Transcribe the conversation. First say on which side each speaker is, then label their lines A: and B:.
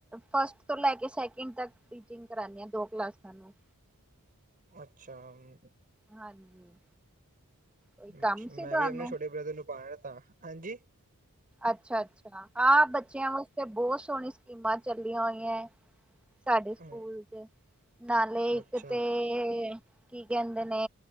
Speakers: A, in the centre; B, on the right (about 40°).
A: ਫਸਟ ਤੋਂ ਲੈ ਕੇ ਸੈਕਿੰਡ ਤੱਕ ਟੀਚਿੰਗ ਕਰਾਨੀ ਆ ਦੋ ਕਲਾਸਾਂ ਨੂੰ।
B: ਅੱਛਾ ਹੂੰ।
A: ਹਾਂਜੀ। ਕੋਈ
B: ਅੱਛਾ,
A: ਕੰਮ
B: ਮੈਂ
A: ਸੀ ਤੁਹਾਨੂੰ?
B: ਵੀ ਆਪਣੇ ਛੋਟੇ ਬ੍ਰਦਰ ਨੂੰ ਪਾਨਾ ਤਾ, ਹਾਂਜੀ।
A: ਅੱਛਾ-ਅੱਛਾ। ਹਾਂ, ਬੱਚਿਆਂ ਵਾਸਤੇ ਬੋਤ ਸੋਨੀ ਸਕੀਮਾਂ ਚੱਲੀਆਂ ਹੋਈਆਂਐ। ਸਾਡੇ ਸਕੂਲ
B: ਹੂੰ
A: ਚ। ਨਾਲੇ ਇੱਕ
B: ਅੱਛਾ
A: ਤੇ ਕੀ ਕਹਿੰਦੇ ਨੇ।